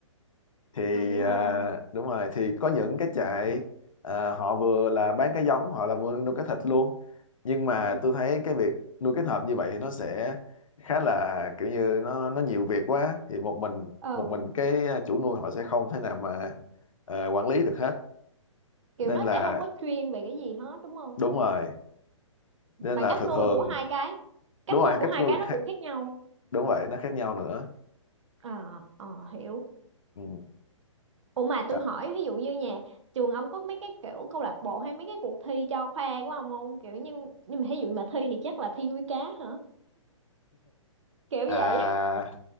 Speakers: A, on the left; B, on the right.
A: thì
B: hay
A: à,
B: ha.
A: đúng rồi thì có những cái trại à, họ vừa là bán cái giống họ là vừa nuôi cái thịt luôn nhưng mà
B: Ừ.
A: tôi thấy cái việc nuôi kết hợp như vậy thì nó sẽ khá là kiểu như nó nó nhiều việc quá thì một mình
B: Ừ,
A: một mình cái chủ nuôi họ sẽ không thể nào mà ờ, quản lý được hết
B: kiểu
A: nên
B: nó
A: là
B: sẽ không có chuyên về cái gì hết đúng không?
A: đúng rồi nên
B: Mà
A: là
B: cách
A: thường
B: nuôi
A: thường
B: của hai cái, cách
A: đúng rồi
B: nuôi của
A: cách
B: hai
A: nuôi
B: cái nó cũng khác
A: <laughs>
B: nhau.
A: đúng vậy nó khác nhau nữa
B: Ờ, ờ, hiểu.
A: ừ.
B: Ủa mà tôi
A: Đó.
B: hỏi ví dụ như nhà trường ông có mấy cái kiểu câu lạc bộ hay mấy cái cuộc thi cho khoa của ông không? Kiểu như nhưng mà ví dụ mà thi thì chắc là thi nuôi cá hả? Kiểu
A: à
B: vậy. <laughs>